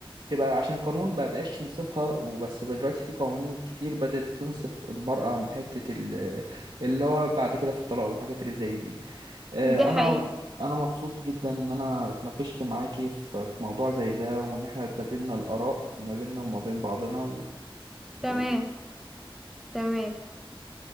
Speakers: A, on the right; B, in the centre.
A: تبقى عشان القانون ما بقاش ينصفها وبس بقى دلوقتي في قوانين كتير بدأت تنصف المرأة من حتة ال- اللي هو بعد كده في الطلاق والحاجات اللي زي دي آه،
B: دي حقيقة
A: انا انا مبسوط جدا ان انا اتناقشت معاكي في في موضوع زي ده وان احنا اتبادلنا الآراء ما بيننا وما بين بعضنا و...
B: تمام
A: و...
B: تمام